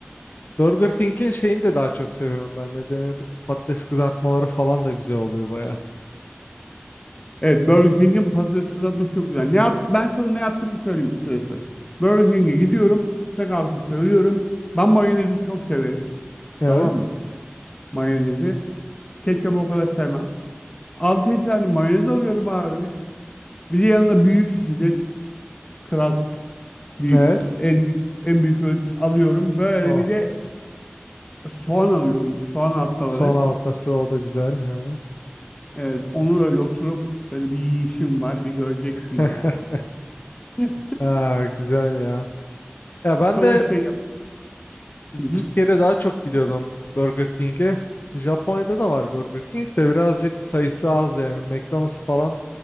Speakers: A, on the left (about 50°); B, on the left (about 20°).
A: Burger King'in şeyini de daha çok seviyorum ben. Ne denir? Patates kızartmaları falan da güzel oluyor baya.
B: Evet Burger King'in patates kızartması çok güzel. Ne yap ben sana ne yaptığımı söyleyeyim kısacası. Burger King'e gidiyorum. Steakhouse'u söylüyorum. Ben mayonezi çok severim.
A: Evet.
B: Tamam mı? Mayonezi. Ketçapı o kadar sevmem. 6 tane mayonez alıyorum abi. Bir de yanına büyük içecek. Kral bir
A: Evet.
B: en en büyük ölçü alıyorum. Böyle
A: Oh.
B: bir de soğan alıyorum. Soğan halkaları.
A: Son halkası o da güzel. Evet.
B: Evet onu öyle oturup böyle bir yiyişim var. Bir göreceksin
A: <laughs>
B: yani. <laughs>
A: Aa, güzel ya. Ya
B: İşte
A: ben
B: onu
A: de
B: şey yap.
A: Türkiye'de daha çok gidiyordum Burger King'e. Japonya'da da var Burger King de birazcık sayısı az yani. McDonald's falan